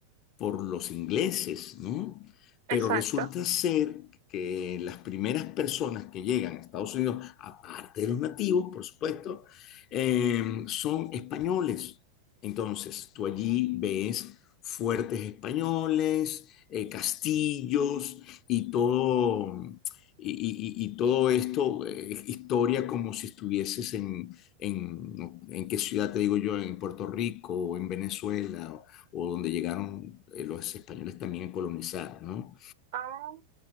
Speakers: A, on the left; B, on the right.
A: por los ingleses, ¿no? Pero
B: Exacto.
A: resulta ser que las primeras personas que llegan a Estados Unidos, aparte de los nativos, por supuesto, eh, son españoles. Entonces, tú allí
B: Mm,
A: ves fuertes españoles, eh, castillos y todo, y, y- y todo esto, eh, historia como si estuvieses en, en, ¿en qué ciudad te digo yo? En Puerto Rico o en Venezuela o donde llegaron eh, los españoles también a colonizar, ¿no?
B: ah,